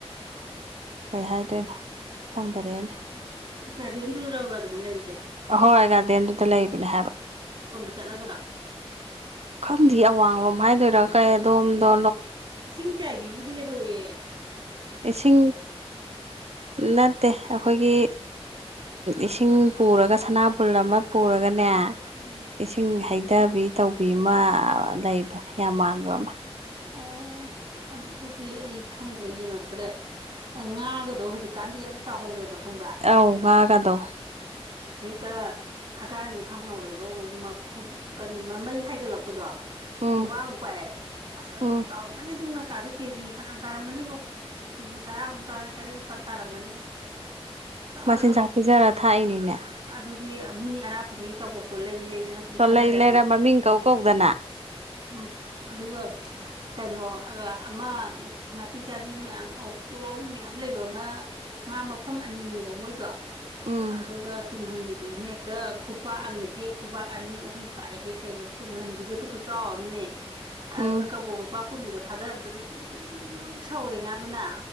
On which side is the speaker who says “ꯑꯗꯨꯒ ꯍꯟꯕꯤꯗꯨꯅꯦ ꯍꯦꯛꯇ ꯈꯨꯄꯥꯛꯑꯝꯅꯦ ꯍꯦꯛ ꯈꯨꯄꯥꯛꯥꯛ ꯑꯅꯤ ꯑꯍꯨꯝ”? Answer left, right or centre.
Right